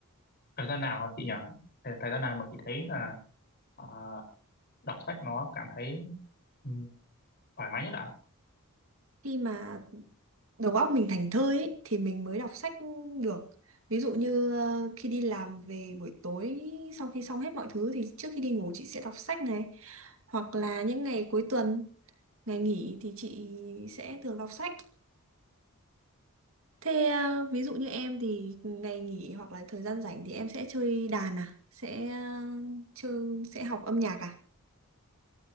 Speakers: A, on the left; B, on the right.
A: thời gian nào hả chị nhỉ? Thời, thời gian nào mà chị thấy là ờ, đọc sách nó cảm thấy ừ, thoải mái nhất ạ?
B: khi mà đầu óc mình thảnh thơi ấy, thì mình mới đọc sách được ví dụ như ờ, khi đi làm về buổi tối sau khi xong hết mọi thứ thì trước khi đi ngủ chị sẽ đọc sách này hoặc là những ngày cuối tuần ngày nghỉ thì chị sẽ thường đọc sách thế ờ, ví dụ như em thì ngày nghỉ hoặc là thời gian rảnh thì em sẽ chơi đàn à sẽ ờ, chơi sẽ học âm nhạc à